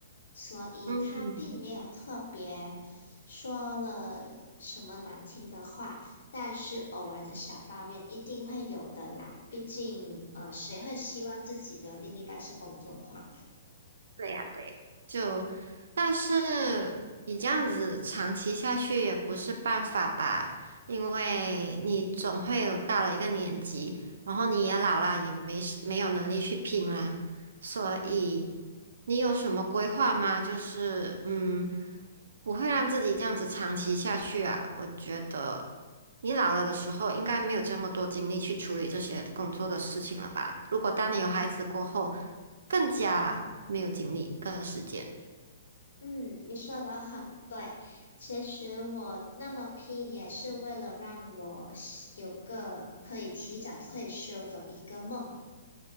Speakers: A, on the left (about 85°); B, on the right (about 75°).
A: 所以他并没有特别说了什么难听的话。
B: 嗯。
A: 但是偶尔的小抱怨一定会有的啦，毕竟呃，谁会希望自己的另一半是工作狂啊？
B: 对呀，对呀，就，但是你这样子长期下去也不是办法吧，因为你总会有到了一个年纪，然后你也老啦，也没时没有能力去拼啦，所以你有什么规划吗？就是嗯，不会让自己这样子长期下去啊，我觉得你老了的时候应该没有这么多精力去处理这些工作的事情了吧？如果当你有孩子过后。更加没有精力，更有时间。
A: 嗯，你说的很对。其实我那么拼也是为了让我有个可以提早退休的一个梦，